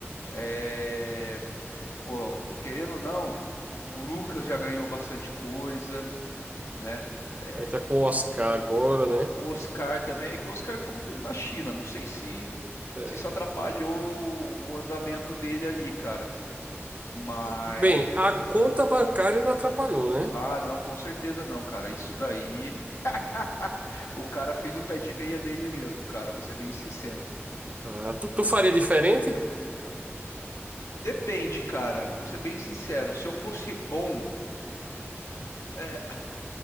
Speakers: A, on the left (about 75°); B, on the right (about 30°).
A: É. Pô, querendo ou não, o Lucas já ganhou bastante coisa, né? É,
B: Aí tá com o Oscar agora,
A: o
B: né?
A: Oscar também, é que o Oscar ficou muito tempo na China. Não sei se,
B: É.
A: se isso atrapalhou o andamento dele ali, cara. Mas,
B: Bem, a conta bancária não atrapalhou, né?
A: ah, não, com certeza não, cara. Isso daí, <laughs> o cara fez o pé de meia dele mesmo, cara. Vou ser bem sincero.
B: Ah, tu, tu faria diferente?
A: Depende, cara. Vou ser bem sincero. Se eu fosse bom, é,